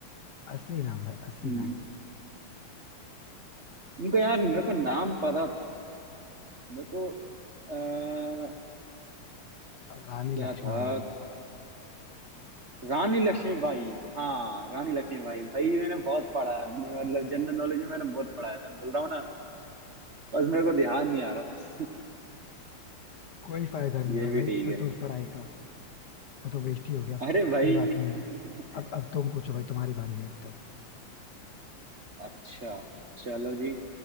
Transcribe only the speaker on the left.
असली नाम भाई असली
नाम
रानी
लक्ष्मीबाई
कोई फायदा नहीं
हुआ भाई
फिर
तो उस पढ़ाई का वो तो वेस्ट ही हो गया
कोई बात नहीं भाई
अब अब तुम पूछो भाई तुम्हारी बारी है अब तो